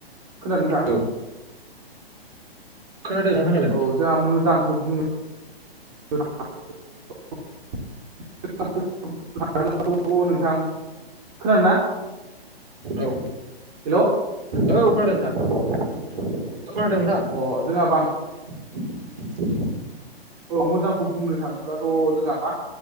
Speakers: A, on the right; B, on the right.
A: खोनादों नोंथां
B: औ खोनादों नोंथां
A: औ जोंहा मोजांखौ बुंनो <unintelligible> थ' नोंथां खोनादोंना?
B: औ।
A: हेलौ।
B: औ खोनादों नोंथां। खोनादों नोंथां
A: अह जोंहा बांसिन
B: <inaudible>
A: औ मोजांखौ बुंनो थाङोब्लाथ' जोंहा मा